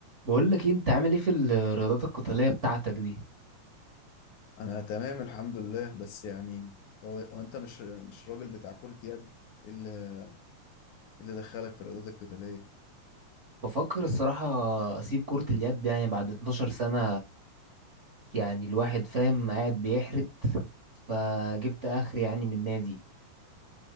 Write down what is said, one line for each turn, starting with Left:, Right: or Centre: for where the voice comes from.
Right: بقول لك إيه، انت عامل ايه في الرياضات القتالية بتاعتك دي
Left: انا تمام الحمد لله بس يعني هو هو انت مش مش راجل بتاع كرة يد إيه اللي إيه اللي دخلك في الرياضات القتالية
Right: بفكر الصراحة اسيب كرة اليد يعني بعد 12 سنة يعني الواحد فاهم قاعد بيحرت فجبت اخر يعني من نادي